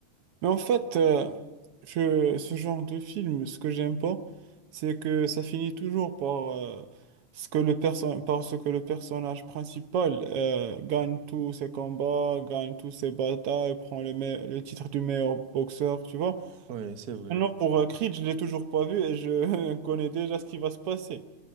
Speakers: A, on the right (about 65°); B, on the right (about 80°).
A: Mais en fait, euh, je, ce genre de film, ce que j'aime pas, c'est que ça finit toujours par, euh, ce que le perso- par ce que le personnage principal euh, gagne tous ses combats, gagne tous ses batailles, prend le, me- le titre du meilleur boxeur, tu vois.
B: Oui, c'est vrai.
A: Maintenant, pour euh, Creed, je l'ai toujours pas vu et je <laughs> connais déjà ce qui va se passer.